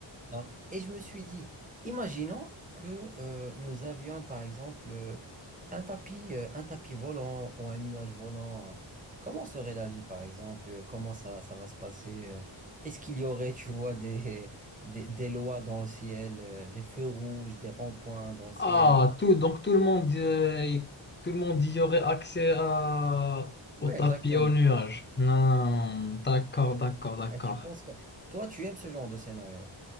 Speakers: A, on the right (about 15°); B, on the left (about 20°).
A: Donc, et je me suis dit, imaginons que euh, nous avions par exemple euh, un tapis, euh, un tapis volant ou un nuage volant. euh, comment serait la vie par exemple? euh, Comment ça, ça va se passer? euh, est-ce qu'il y aurait, tu vois, des, des, des lois dans le ciel, euh, des feux rouges, des ronds-points dans le ciel?
B: ah, tout, donc tout le monde, euh, y- tout le monde y aurait accès à,
A: Oui,
B: au tapis
A: exactement.
B: aux nuages. Non, d'accord, d'accord, d'accord.
A: Et tu penses quoi? Toi, tu aimes ce genre de scénario?